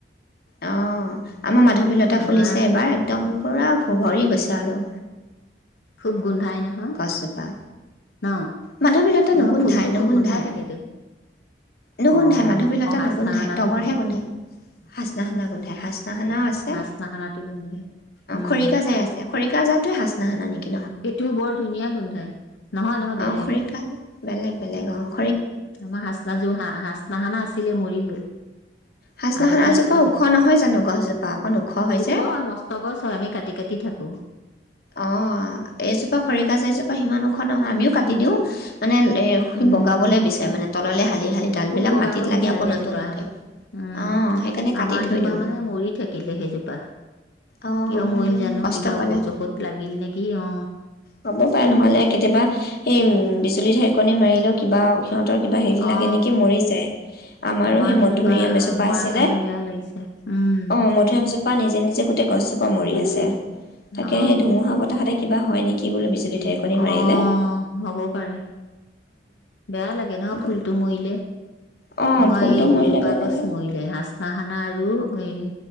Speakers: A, on the left; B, on the left.
A: অ আমাৰ মাধৱিলতা
B: আমাৰ
A: ফুলিছে এবাৰ একদম পূৰা ভ ভৰি গৈছে আৰু
B: খুব গোন্ধাই নহয়
A: গছজোপা
B: ন
A: মাধৱীলতা
B: নহয়
A: নুগোন্ধাই
B: ফুলটো
A: নুগোন্ধাই
B: খুব গোন্ধাই থাকেতো
A: নুগোন্ধাই
B: অ
A: মাধৱীলতা
B: অ হাচনাহানাটো
A: নুগোন্ধাই তগৰহে গোন্ধাই হাজনাসানা গোন্ধাই হাজনা সানাও আছে
B: হাচনাহানাটো গোন্ধাই উম
A: খৰিকা যাই আছে খৰিকাযাই টোয়েই হাজনা খানা নেকি
B: সেইটোও বৰ ধুনীয়া। গোন্ধাই নহয় নহয় বেলেগ
A: অ খৰিকাল বেলেগ বেলেগ আহ।
B: আমাৰ হাজনাযোৰ হাজনা সানা আছিলে মৰি গল
A: হাচনাহানাজোপা
B: আগতে আছিলে
A: ওখ নহয় জানো গছজোপা অকণ
B: ওখ
A: যে
B: হয় মস্ত গছ হয় আমি কাটি কাটি থাকো
A: অ এইজোপা খৰিকাজা এজোপা সিমান ওখ নহয় আমিও কাটি দিওঁ মানে এ সি
B: উম
A: বগাবলৈ বিচাৰে মানে তললে হালি শালি ডাল
B: খুব
A: বিলাক
B: বগাব
A: মাটিত লাগি
B: বিচাৰে
A: আকৌ
B: সেইজোপা
A: নতুন উঠে,
B: উম
A: অঁ সেইকাৰণে
B: আমাৰ
A: কাটি থৈ
B: জোপা
A: দিওঁ,
B: মানে মৰি থাকিলে সেইজোপা
A: অঁ
B: কিয় মৰিল জানো
A: কষ্ট
B: কিবা
A: পালে।
B: ঔষধ চৌষধ লাগিল নেকি অ
A: হ'ব পাৰে নহ'লে কেতিয়াবা এই উম বিজুলী ঢেৰেকণী মাৰিলেও কিবা সিহতৰ কিবা হেৰি
B: অ
A: লাগে নেকি মৰি যায়, আমাৰো
B: আমাৰ
A: সেই
B: সেইজোপা
A: মধুৰি আম
B: আহ
A: এজোপা
B: মৰাৰ
A: আছিলে
B: কাৰণে বেয়া লাগিছে উম
A: অঁ মধুুৰিআমজোপা নিজে- নিজে গোটেই গছজো পোৱা মৰি আছে। তাকেহে
B: অ
A: এই ধুমূহা বতাহতে কিবা হয় নেকি বোলে বিজুলী ঢেৰেকণি
B: অঁ,
A: মাৰিলে
B: হ'ব পাৰে। বেয়া লাগে ন ফুলটো
A: উম,
B: মৰিলে,
A: অ',
B: আমাৰ
A: ফুলটো
B: এই
A: মৰিলে
B: দুজোপা
A: বেয়া
B: গছ
A: লাগে,
B: মৰিলে হাজনা হানা আৰু হেৰি,